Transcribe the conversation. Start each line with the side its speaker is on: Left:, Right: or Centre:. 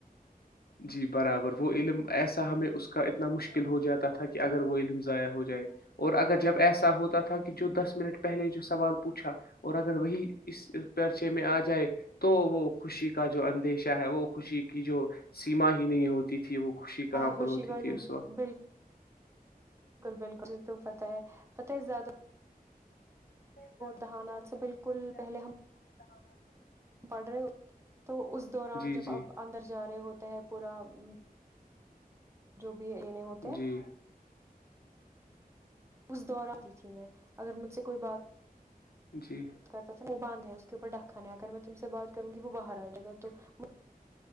Left: جی برابر وہ علم ایسا ہمیں اس <inaudible> اتنا مشکل ہو جاتا تھا کہ اگر اگر وہ ضائع ہو جائے اور اگر جب ایسا ہوتا تھا کہ کہ جو دس منٹ پہلے جو سوال پوچھا اور اگر وہی اس پرچے میں آ جائے تو وہ خوشی کا جو اندیشہ ہے وہ خوشی کی جو سیما ہی نہیں ہوتی تھی وہ خوشی کہاں
Right: خوشی
Left: پر ہوتی
Right: ہے
Left: تھی اس وقت
Right: بالکل <inaudible> بالکل بالکل ج تو پتہ ہے پتہ ہے زیادہ
Left: زیادہ
Right: دہانات
Left: تو وہ ہوتا
Right: سے بالکل
Left: تھا
Right: پہلے
Left: بالکلانات
Right: ہم
Left: <inaudible>
Right: پڑھ رہے تو اس دوران
Left: جی
Right: جب
Left: جی
Right: اب اندر جا رہے ہوتے ہیں پورا <inaudible> جو بھی انے ہوتے ہیں
Left: جی
Right: اس دور آتی تھی میں اگر مجھ سے کوئی بات
Left: جی
Right: بات کرتا تھا وہ بند ہے اس کے اوپر ڈکن ہے اگر میں تم سے بات کروں گی وہ باہر آ جائے گا تو <inaudible>